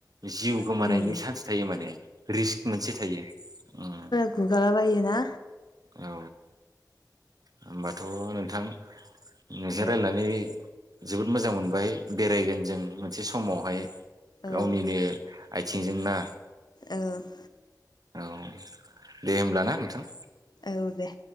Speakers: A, on the right (about 60°); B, on the left (about 70°).
A: जिउ गोमानायनि
B: उम
A: सान्स थायो माने रिस्क मोनसे थायो उम ।
B: गुगाला बायोना?
A: औ होमबाथ' नोंथां नोंजों
B: औ
A: रायलायनानै जोबोद मोजां मोनबाय बेराय गोन जों मोनसे समाव हाय
B: औ
A: गावनिनो आइथिं जों ना
B: औ।
A: औ दे होमब्ला ना नोंथां?
B: औ दे